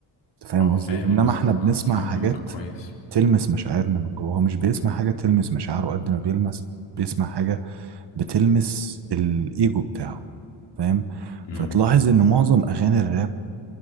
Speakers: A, on the right; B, on the left.
A: انت فاهم
B: اه
A: قصدي
B: فاهم
A: إيه؟ انما
B: قصدك
A: احنا بنسمع
B: فاهم
A: حاجات
B: قصدك كويس
A: تلمس مشاعرنا من جوه هو مش بيسمع حاجة تلمس مشاعره قد ما بيلمس بيسمع حاجة بتلمس الايجو بتاعه فاهم
B: مم.
A: فتلاحظ ان معظم اغاني الراب